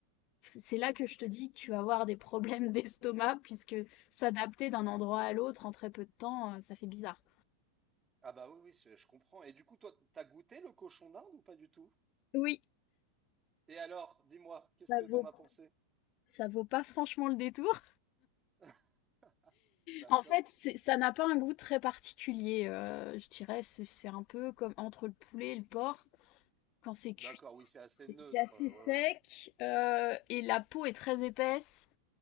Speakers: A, on the left (about 40°); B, on the right (about 20°).
A: c'est là que je te dis que tu vas avoir des problèmes <laughs> d'estomac, puisque s'adapter d'un endroit à l'autre en très peu de temps, euh, ça fait bizarre.
B: Ah bah oui, oui, je je comprends. Et du coup, toi, t'as goûté le cochon d'Inde ou pas du tout?
A: Oui,
B: Et alors, dis-moi, qu'est-ce
A: ça
B: que t'en
A: vaut,
B: as pensé?
A: ça vaut pas franchement le détour.
B: <laughs> D'accord.
A: En fait, c'est- ça n'a pas un goût très particulier. euh, je dirais, c'est c'est un peu comme entre le poulet et le porc. Quand c'est cuit,
B: D'accord, oui, c'est assez
A: c'est
B: neutre.
A: c'est assez
B: euh,
A: sec
B: Ouais, ouais.
A: euh, et la peau est très épaisse.